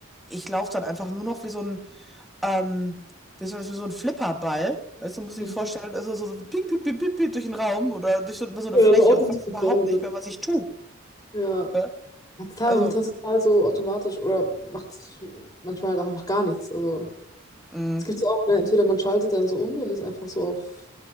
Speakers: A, in the centre; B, on the left.
A: ich laufe dann einfach nur noch wie so ein ähm, wie zum Beispiel so ein Flipperball. Weißt du, muss ich
B: Mhm.
A: mir vorstellen, also so, so ping, ping, ping, ping, ping durch den Raum oder durch so, über so eine
B: Ja,
A: Fläche
B: so Autoscooter
A: und weiß überhaupt
B: oder
A: nicht
B: so.
A: mehr, was ich tue.
B: Ja.
A: Ja?
B: Ja, total,
A: Also,
B: man wird dann total so automatisch oder macht manchmal halt auch einfach gar nichts. Also
A: mh,
B: es gibt ja auch, ne, entweder man schaltet dann so um und ist einfach so auf